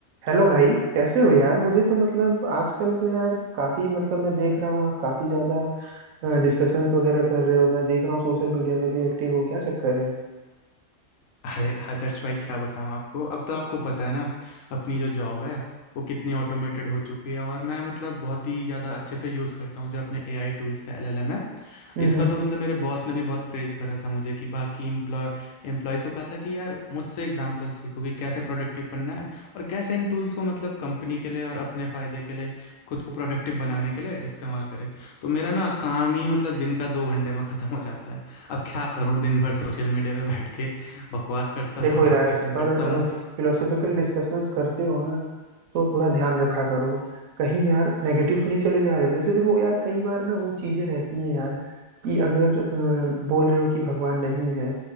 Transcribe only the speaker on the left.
अरे आदर्श भाई क्या बताऊं आपको अब तो आपको पता है ना अपनी जो जॉब है वो कितनी ऑटोमेटेड हो चुकी है और मैं मतलब बहुत ही ज़्यादा अच्छे से यूज़ करता हूँ जो अपने एआई टूल्स है एलएलएम है
इसका
तो मतलब मेरे बॉस ने भी बहुत प्रेज़ करा था मुझे कि बाकी एम्प्लॉय एम्प्लॉयज़ को कहा था कि यार मुझसे एग्जांपल सीखो कि कैसे प्रोडक्टिव बनना है और कैसे इन टूल्स को मतलब कंपनी के लिए और अपने फ़ायदे के लिए खुद को प्रोडक्टिव बनाने के लिए इस्तेमाल करें तो मेरा ना काम ही मतलब दिन का दो घंटे में ख़त्म हो जाता है अब क्या करूँ दिन भर सोशल मीडिया पे बैठ के बकवास करता
हूँ <laughs> डिस्कशन
करता हूँ